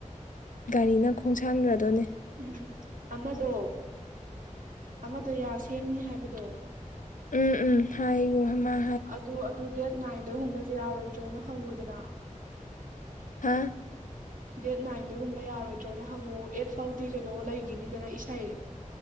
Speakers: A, on the left; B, on the right.
A: ꯒꯥꯔꯤꯅ ꯈꯣꯡꯁꯥꯟꯒ꯭ꯔꯗꯣꯅꯦ
B: ꯎꯝ ꯑꯃꯗꯣ ꯑꯃꯗꯣ ꯌꯥ ꯁꯦꯝꯅꯤ ꯍꯥꯏꯕꯗꯣ
A: ꯎꯝ ꯎꯝ ꯍꯥꯏꯌꯨ ꯍꯃꯥ
B: ꯑꯗꯨ ꯑꯗꯨ ꯗꯦꯠ ꯅꯥꯏꯟꯗꯒꯨꯝꯕ ꯖꯦꯌꯥꯔꯣꯏꯗ꯭ꯔꯣꯅ ꯍꯪꯉꯨꯗꯅ
A: ꯍꯥ
B: ꯗꯦꯠ ꯅꯥꯏꯟꯗꯒꯨꯝꯕ ꯌꯥꯔꯣꯏꯗ꯭ꯔꯣꯅ ꯍꯪꯉꯛꯑꯣ ꯑꯦꯠ ꯐꯥꯎꯗꯤ ꯀꯩꯅꯣ ꯂꯩꯒꯤꯅꯤꯗꯅ ꯏꯁꯩ